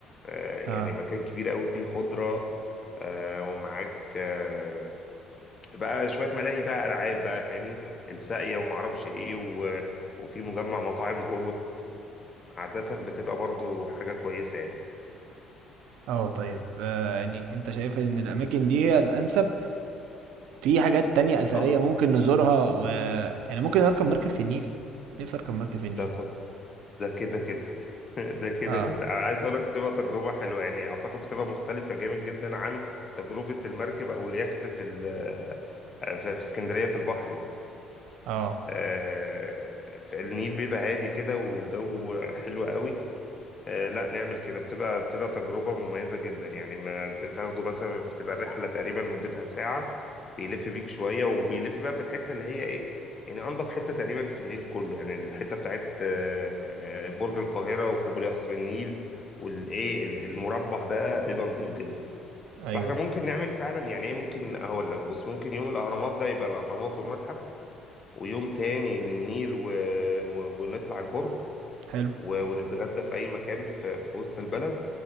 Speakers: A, on the left; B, on the right.
A: آه يعني
B: اه
A: مكان كبير قوي فيه خضرة آه ومعاك آه بقى شوية ملاهي بقى ألعاب بقى فاهمني الساقية ومعرفش إيه و... وفي مجمع مطاعم جوه عادة بتبقى برضو حاجة كويسة يعني
B: اه طيب آه يعني انت شايف ان الاماكن دي هي الانسب في حاجات تانية أثرية
A: اه
B: ممكن نزورها و يعني ممكن أركب مركب في النيل نفسي أركب مركب في النيل
A: ده ده كده كده <laughs> ده كده
B: اه
A: كده أنا عايز أقول لك بتبقى تجربة حلوة يعني أعتقد بتبقى مختلفة جامد جدا عن تجربة المركب أو اليخت في ال... آه، في في اسكندرية في البحر يعني
B: اه
A: آه، في النيل بيبقى هادي كده وجو حلو قوي آه، لا نعمل كده بتبقى بتبقى تجربة مميزة جدا يعني ما بتاخده مثلا بتبقى الرحلة تقريبا مدتها ساعة بيلف بيك شوية وبيلف بقى في الحتة اللي هي ايه يعني أنظف حتة تقريبا في النيل كله يعني الحتة بتاعت آه، آه، برج القاهرة وكوبري قصر النيل والايه ال- المربع ده بيبقى نضيف جدا
B: أيوه
A: فاحنا ممكن نعمل فعلا يعني ايه ممكن هقول لك بص ممكن يوم الأهرامات ده يبقى الأهرامات والمتحف ويوم تاني للنيل و... و... ونطلع البرج
B: حلو
A: و... ونتغدى في أي مكان في... في وسط البلد